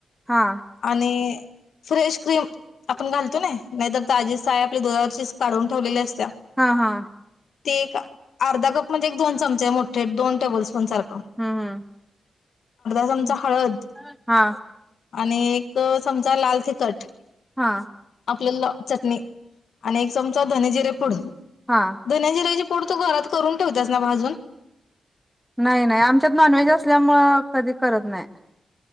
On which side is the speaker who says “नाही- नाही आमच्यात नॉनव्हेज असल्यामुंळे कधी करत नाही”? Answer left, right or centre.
Centre